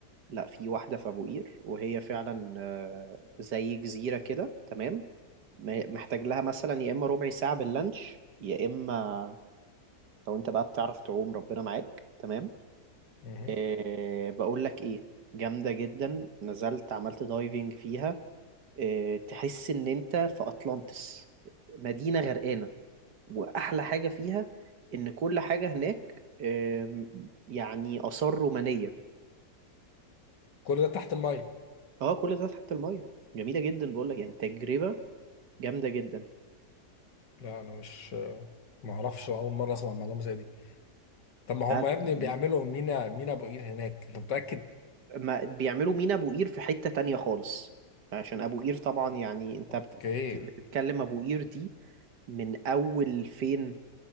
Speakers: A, on the right (about 75°); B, on the left (about 85°).
A: لا في واحدة في أبو قير وهي فعلا آه، زي جزيرة كده تمام م- محتاج لها مثلا يا إما ربع ساعة باللانش يا إما لو أنت بقى بتعرف تعوم ربنا معاك تمام
B: مهم.
A: أه بقول لك إيه جامدة جدا نزلت عملت دايفنج فيها أه تحس إن أنت في أطلانتس مدينة غرقانة واحلى حاجه فيها ان كل حاجه هناك آم، يعني اثار رومانيه
B: كل ده تحت المية
A: اه كل ده تحت الميه جميله جدا بقول لك يعني تجربه جامده جدا
B: لا انا مش ما اعرفش اول مرة اسمع معلومة زي دي طب ما
A: لا
B: هم
A: لا
B: يا ابني
A: جميل
B: بيعملوا مينا مينا ابو قير هناك انت متأكد
A: ما بيعملوا مينا ابو قير في حته تانية خالص عشان ابو قير طبعا يعني انت
B: اوكي
A: بت- بت- بتتكلم ابو قير دي من اول فين